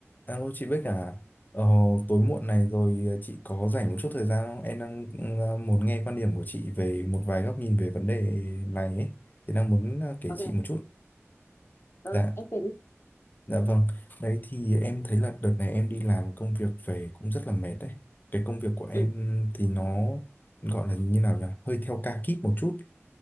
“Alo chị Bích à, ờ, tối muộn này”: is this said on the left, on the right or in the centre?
Left